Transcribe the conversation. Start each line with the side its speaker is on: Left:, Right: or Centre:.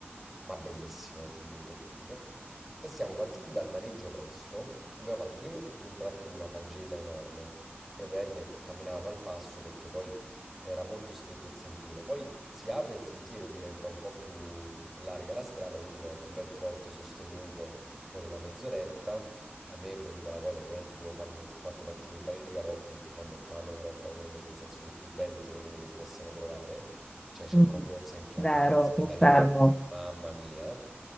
Centre: ma bellissimo, eh, ti dico, incredibile. E siamo partiti dal maneggio presto, abbiamo fatto prima tutto un tratto in una faggeta enorme e ovviamente camminavamo al passo perché poi era molto stretto il sentiero, poi si apre il sentiero e diventa un po' più mhmm, larga la strada, quindi abbiamo fatto un bel trotto sostenuto per una mezz'oretta. A me è venuta la cosa, ovviamente devo farmi, ho fatto partire un paio di galoppi perché quando il cavallo galoppa è una delle sensazioni più belle secondo me che si possano provare, cioè c'è
Left: Mm,
Centre: proprio, senti la
Left: vero,
Centre: potenza dell'animale,
Left: confermo.
Centre: mamma mia.